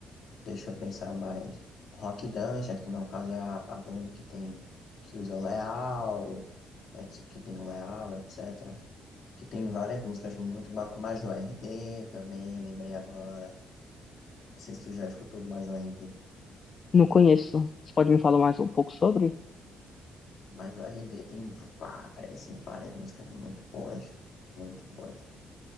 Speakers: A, on the left (about 65°); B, on the left (about 45°).
A: deixa eu pensar mais. Rock Dungeon, que no caso é a, a banda que tem, que usa Leal, etc- que tem o Leal, etc. que tem várias músicas muito bacanas. Major R D também, lembrei agora. Não sei se tu já escutou Major R D,
B: Não conheço. Você pode me falar mais um pouco sobre?
A: Major R D tem várias e várias músicas muito boas, muito boas.